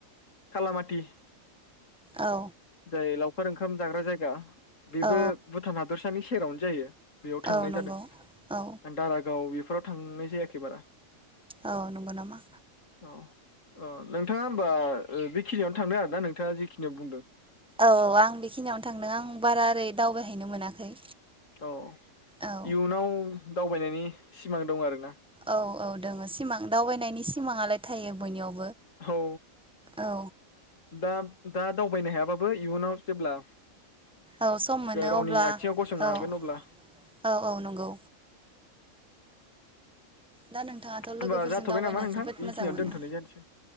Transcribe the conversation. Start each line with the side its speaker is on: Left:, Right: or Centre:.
Left: खालामाथि
Centre: औ।
Left: जाय लावखार ओंखाम जाग्रा जायगा। बेबो
Centre: औ
Left: भुटान हादर सानि सेरावनो जायो। बेयाव थांनाय
Centre: औ नंगौ
Left: जादों
Centre: औ
Left: दारागाव बेफोराव थांनाय जायाखैबारा।
Centre: औ नंगौ नामा
Left: औ औ नोंथाङा होनबा ओ बेखिनियावनो थांदों आर ना नोंथाङा जिखिनियाव बुंदों?
Centre: औ आं बेखिनियावनो थांदों आं बारा ओरै दावबायहैनो मोनाखै।
Left: औ
Centre: औ
Left: इयुनाव दावबायनायनि सिमां दं आरोना?
Centre: औ औ दङ सिमां दावबायनायनि सिमाङालाय थायो बयनियावबो।
Left: औ
Centre: औ
Left: दा दा दावबायनो हायाबाबो इयुनाव जेब्ला
Centre: औ सम मोनो
Left: गावनि
Centre: अब्ला
Left: आथिङाव गसंनो
Centre: औ
Left: हागोन
Centre: औ
Left: अब्ला
Centre: औ नंगौ दा नोंथाङाथ'
Left: होमबा
Centre: लोगोफोरजों
Left: जाथ'बाय
Centre: दावबायना
Left: नामा नोंथां
Centre: जोबोद
Left: बेखिनियावनो
Centre: मोजां मोनो
Left: दोनथ'नाय जानोसै